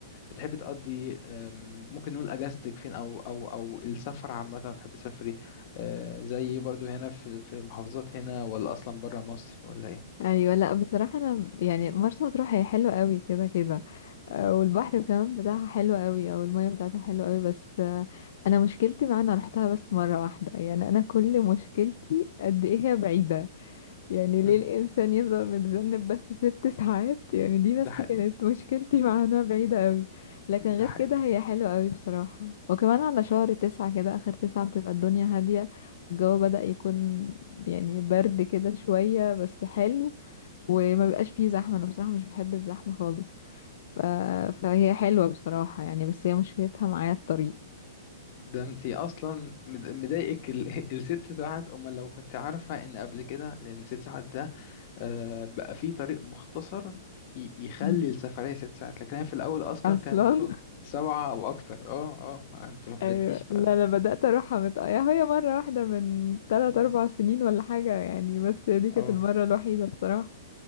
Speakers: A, on the left; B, on the left.
A: بتحبي تقضي أم، ممكن نقول اجازتك فين او او او السفر عامه بتحبي تسافري أه، زي برضو هنا في في محافظات هنا ولا اصلا بره مصر ولا ايه
B: ايوه لا بصراحه انا يعني مرسى مطروح هي حلوه قوي كده كده آه، والبحر كمان بتاعها حلو قوي او الميه بتاعتها حلوه قوي بس آه، انا مشكلتي مع انا روحتها بس مره واحده يعني انا كل مشكلتي قد ايه هي بعيده يعني ليه
A: مم،
B: الإنسان يفضل متذنب بس ست ساعات يعني دي
A: ده
B: بس
A: حقيقي
B: كانت مشكلتي مع إنها بعيدة قوي لكن
A: ده
B: غير
A: حقيقي
B: كده هي حلوة قوي بصراحة وكمان على شهر تسعة كده آخر تسعة بتبقى الدنيا هادية والجو بدأ يكون يعني برد كده شوية بس حلو وما بيبقاش فيه زحمة أنا بصراحة مش بحب الزحمة خالص ف...
A: مم.
B: فهي حلوة بصراحة يعني بس هي مشكلتها معايا الطريق
A: ده انت اصلا مد- مضايقك ال- <laughs> الست ساعات امال لو كنت عارفه ان قبل كده لان ست ساعات ده آه، بقى في طريق مختصر ي- يخلي
B: مم.
A: السفرية ست ساعات لكن هي في الأول أصلا
B: أصلا
A: كان بتو... سبعة أو أكتر اه اه أنت ما حضرتيش
B: ايوه
A: بقى
B: لا انا بدات اروحها مت... يا هي مره واحده من 3
A: م.
B: 4 سنين ولا حاجه يعني بس هي دي كانت
A: اه
B: المره الوحيده بصراحه